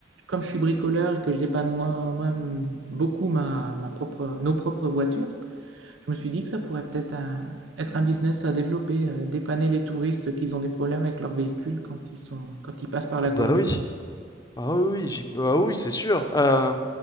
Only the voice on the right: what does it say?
comme je suis bricoleur et que je dépanne moi- moi-même beaucoup ma, ma propre, nos propres voitures, je me suis dit que ça pourrait peut-être euh, être un business à développer, euh, dépanner les touristes qui ont des problèmes avec leur véhicule quand ils sont, quand ils passent par la
Colombie.